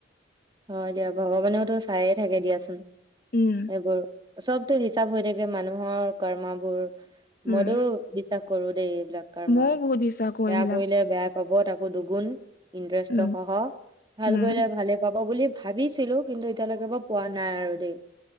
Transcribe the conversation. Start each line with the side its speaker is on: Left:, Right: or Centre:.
Right: হয় দিয়া ভগৱানেওতো চায়ে থাকে দিয়াচোন
Left: উম
Right: সেইবোৰ সবটো হিচাপ হৈ থাকে মানুহৰ কৰ্ম বোৰ
Left: উম
Right: মোৰো বিশ্বাস গুৰুদেৱ এইবিলাক কাৰ
Left: ময়ও
Right: মাল
Left: বহুত বিশ্বাস কৰো
Right: বেয়া
Left: এইবিলাক
Right: কৰিলে বেয়া পাব তাকৌ দুগুণ ইন্দ্ৰস্থ
Left: উম
Right: সহ ভাল
Left: উম
Right: কৰিলে ভালে হব বুলি ভাবিছিলো কিন্তু এতিয়ালৈকে মই পোৱা নাই আৰু দেই